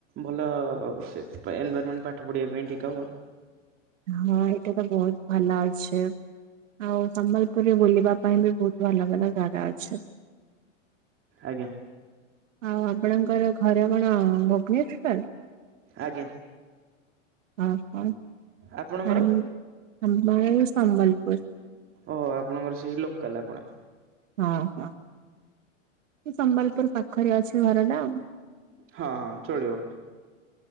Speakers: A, on the right; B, on the right.
A: ଭଲ ସେ ଏନଭାଇରମେଣ୍ଟ ପାଠ ପଢ଼ିବା ପାଇଁ ଠିକ୍ ହବ
B: ହଁ ଏଇଟା ତ ବହୁତ ଭଲ ଅଛେ ଆଉ ସମ୍ବଲପୁରରେ ବୁଲିବା ପାଇଁ ବି ବହୁତ ଭଲ ଭଲ ଜାଗା ଅଛେ
A: ଆଜ୍ଞା
B: ଆଉ ଆପଣଙ୍କର ଘର କଣ ଭୁବନେଶ୍ଵର
A: ଆଜ୍ଞା
B: ଓହୋ
A: ଆପଣଙ୍କର
B: ନାଇଁ ଆମର ଏଇ ସମ୍ବଲପୁର
A: ଓହୋ ଆପଣଙ୍କର ସେଇ ଲୋକାଲ୍ ଆପଣ
B: ହଁ ହଁ ଏଇ ସମ୍ବଲପୁର ପାଖରେ ଅଛି ଘରଟା ଆଉ
A: ହଁ ହଁ ଚଳିବ।